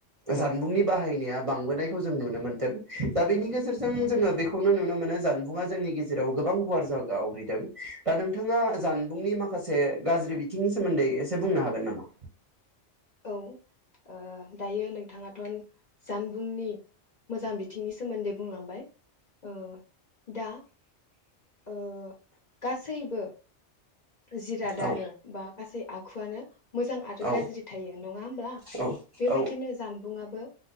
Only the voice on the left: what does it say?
औ ओ दायो नोंथाङाथ'न जानबुंनि मोजां बिथिंनि सोमोन्दै बुंलांबाय ओ दा ओ गासैबो जिरादानो
बा गासै आ खुवानो मोजां आरो
गाज्रि थायो नङा होमब्ला
बेबायदिनो
जानबुंआबो